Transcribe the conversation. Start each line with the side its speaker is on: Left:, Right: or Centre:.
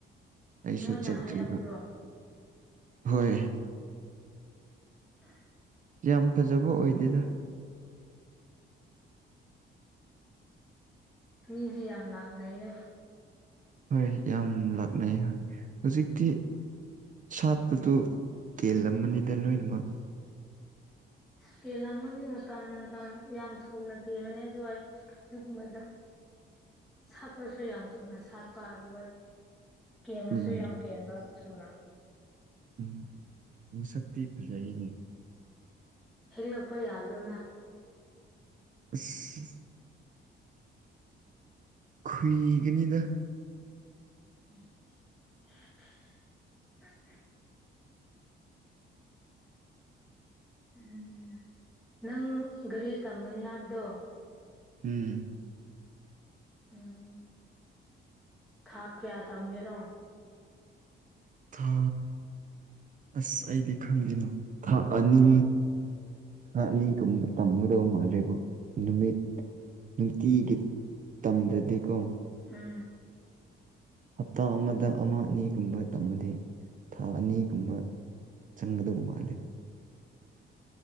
Right: ꯑꯩꯁꯨ
Centre: ꯃꯣꯏꯅ
Right: ꯆꯠꯇ꯭ꯔꯤꯕ
Centre: ꯍꯥꯏꯔꯛꯄ꯭ꯔꯣ
Right: ꯍꯣꯏ
Centre: <unintelligible>
Right: ꯌꯥꯝ ꯐꯖꯕ ꯑꯣꯏꯗꯦꯗ
Centre: ꯃꯤꯗꯤ ꯌꯥꯝ ꯂꯥꯛꯅꯩꯅ
Right: ꯍꯣꯏ ꯌꯥꯝ ꯂꯥꯛꯅꯩ ꯍꯧꯖꯤꯛꯇꯤ ꯁꯥꯠꯄꯗꯨ ꯀꯦꯜꯂꯝꯃꯅꯤꯗ ꯂꯣꯏꯅꯃꯛ
Centre: ꯀꯦꯜꯂꯝꯒꯅꯤ ꯃꯇꯝ ꯃꯇꯝ ꯌꯥꯝ ꯊꯨꯅ ꯀꯦꯜꯕꯅꯤ ꯑꯗꯨꯋꯥꯏ ꯗꯨꯒꯨꯝꯕꯗ‌ꯣ
Right: <inaudible>
Centre: ꯁꯥꯠꯄꯁꯨ ꯌꯥꯝ ꯊꯨꯅ ꯁꯥꯠꯄ ꯑꯗꯨꯒ ꯀꯦꯟꯕꯁꯨ
Right: ꯎꯝ
Centre: ꯌꯥꯝ ꯀꯦꯟꯕ ꯊꯨꯅ
Right: ꯎꯝ ꯃꯁꯛꯇꯤ ꯐꯖꯩꯅ‌ꯦ
Centre: ꯍꯦꯛꯂꯛꯄ ꯌꯥꯗ꯭ꯔꯣ
Right: ꯎꯁ ꯈꯨꯨꯏꯒꯅꯤꯗ
Centre: <unintelligible>
Right: <inaudible>
Centre: ꯎꯝ ꯅꯪ ꯒꯥꯔꯤ ꯇꯝꯒꯅꯤ ꯍꯥꯏꯕꯗꯣ
Right: ꯎꯝ
Centre: ꯎꯝ ꯊꯥ ꯀꯌꯥ ꯊꯝꯒꯦꯔꯣ
Right: ꯊꯥ ꯑꯁ ꯑꯩꯗꯤ ꯈꯪꯗꯦꯅꯣ ꯊꯥ ꯑꯅꯤ ꯑꯅꯤꯒꯨꯝꯕ ꯇꯝꯒꯗꯧ ꯃꯥꯜꯂꯦꯕ ꯅꯨꯃꯤꯠ ꯅꯨꯡꯇꯤꯒꯤ ꯇꯝꯗꯗꯤꯀꯣ
Centre: ꯎꯝ
Right: ꯍꯞꯇꯥ ꯑꯃꯗ ꯑꯃ ꯑꯅꯤꯒꯨꯝꯕ ꯇꯝꯃꯗꯤ ꯊꯥ ꯑꯅꯤꯒꯨꯝꯕ ꯆꯪꯒꯗꯕ ꯃꯥꯜꯂꯦ